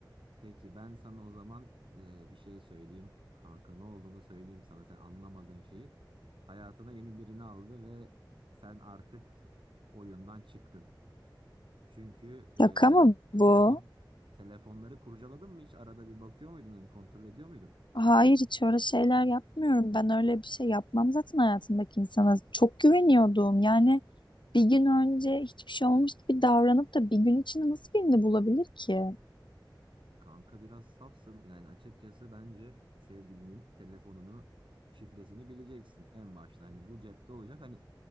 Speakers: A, on the right; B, on the left.
A: Peki ben sana o zaman e, bir şey söyleyeyim kanka ne olduğunu söyleyeyim sana sen anlamadığın şeyi. Hayatına yeni birini aldı ve sen artık oyundan çıktın. Çünkü
B: Şaka mı bu?
A: e, telefon telefonları kurcaladın mı hiç arada bir bakıyor muydun hani kontrol ediyor muydun?
B: Hayır hiç öyle şeyler yapmıyorum. Ben öyle bir şey yapmam zaten hayatımdaki insana. Çok güveniyordum. Yani bir gün önce hiçbir şey olmamış gibi davranıp da bir gün içinde nasıl birini bulabilir ki?
A: Kanka biraz safsın. Yani açıkçası bence sevgilinin telefonunu şifresini bileceksin en başta. Hani bu cepte olacak. Hani